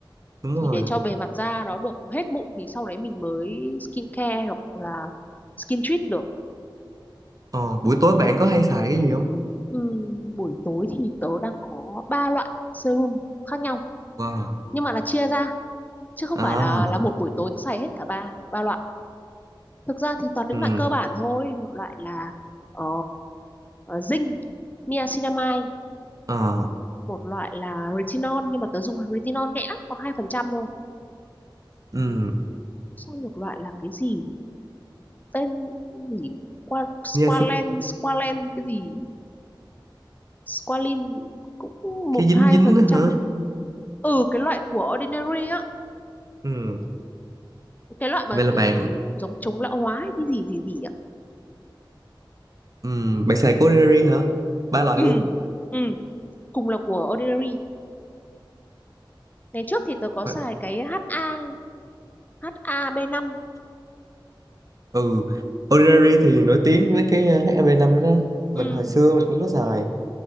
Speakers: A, on the right; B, on the left.
A: đúng rồi
B: thì để cho bề mặt da nó được hết mụn thì sau đấy mình mới skin care hoặc là skin treat được
A: Ờ, buổi tối bạn có hay xài cái gì không?
B: Ừm, buổi tối thì tớ đang có ba loại serum khác nhau
A: Wow.
B: nhưng mà là chia ra chứ không
A: À,
B: phải là là một buổi tối tớ xài hết cả ba ba loại thực ra thì toàn những
A: ừ,
B: loại cơ bản thôi một loại là ờ, ờ, zinc niacinamide
A: à,
B: một loại là retinol nhưng mà tớ dùng retinol nhẹ lắm có hai phần trăm thôi
A: ừ.
B: xong một loại là cái gì tên gì qua Squalen
A: Nghe xem
B: Squalen cái gì Squalin cũng một
A: cái dính
B: hai
A: dính
B: phần
A: đó
B: trăm
A: hả?
B: ừ cái loại của Ordinary á
A: Ừ.
B: cái loại mà
A: Vậy là
B: kiểu
A: bạn
B: giống chống lão hóa cái gì gì gì ạ
A: ừ, bạn xài của Ordinary hả? Ba loại
B: ừ
A: luôn.
B: ừ cùng là của Ordinary ngày trước thì tớ có
A: Ờ,
B: xài cái HA HAB5
A: Ừ. Ordinary thì nổi tiếng với cái uh, HAB5 đó đó. Mình
B: ừ.
A: hồi xưa mình cũng có xài.